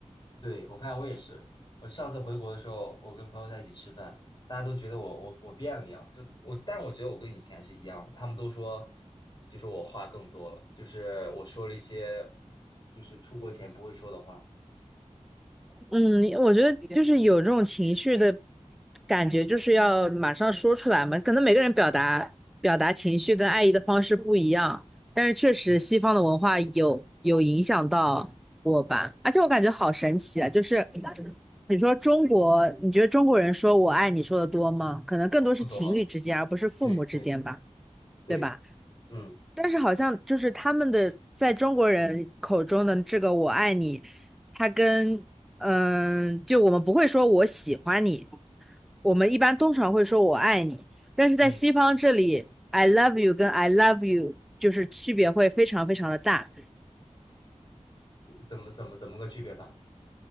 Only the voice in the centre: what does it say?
嗯，我觉得就是有这种情绪的感觉就是要马上说出来嘛。可能每个人表达表达情绪跟爱意的方式不一样，但是确实西方的文化有有影响到我吧。
而且我感觉好神奇啊，就是你说中国，你觉得中国人说我爱你说的多吗？可能更多是情侣之间，
而不是父母之间吧，
对吧？
但是好像就是他们的在中国人口中的这个“我爱你”，它跟嗯，就我们不会说我喜欢你，我们一般通常会说我爱你，但是在西方这里，I
love you 跟 I love you 就是区别会非常非常的大。